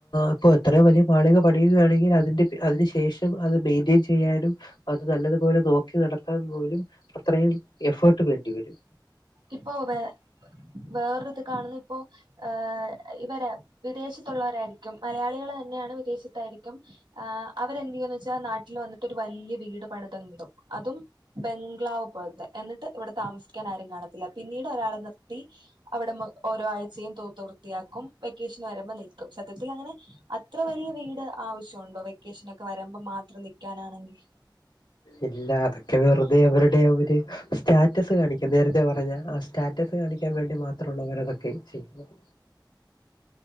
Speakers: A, on the left; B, on the right.
A: ഇപ്പൊ അത്രിം വലിയ മാളിക പണിയുകയാണെങ്കിൽ അതിൻ്റെ അതിനു ശേഷം അത് മെയിൻറ്റെയിൻ ചെയ്യാനും അത് നല്ലതുപോലെ നോക്കി നടത്താൻ പോലും അത്രയും എഫേർട്ട് വേണ്ടിവരും
B: ഇപ്പൊ വേ വേറ ഇത് കാണുന്ന ഇപ്പോ ഏഹ ഇവര് വിദേശത്തുള്ളവരായിരിക്കും മലയാളികൾ തന്നെയാണ് വിദേശത്തായിരിക്കും ആ അവരെന്തയ്യു വെച്ചാൽ നാട്ടിൽ വന്നിട്ട് വലിയ വീട് പണിതങ്കിടും അതും ബംഗ്ലാവ് പോൽത്തെ എന്നിട്ട് ഇവിടെ താമസിക്കാൻ ആരും കാണത്തില്ല പിന്നീട് ഒരാളെ നിർത്തി അവിടെ ഓരോ ആഴ്ചയും തൂത്ത് വൃത്തിയാക്കും വെക്കേഷൻ വരുമ്പോ നിൽക്കും സത്യത്തിൽ അങ്ങനെ അത്ര വലിയ വീട് ആവശ്യണ്ടോ വെക്കേഷനോക്കെ വരുമ്പോ മാത്രം നിക്കാനാണെങ്കിൽ
A: ഇല്ല അതൊക്കെ വെറുതെ അവരുടെ ഒരു സ്റ്റാറ്റസ് കാണിക്കുക നേരത്തെ പറഞ്ഞ സ്റ്റാറ്റസ് കാണിക്കാൻ വേണ്ടി മാത്ര ഉള്ളൂ അങ്ങന അതൊക്കെ ചെയ്യുന്നത്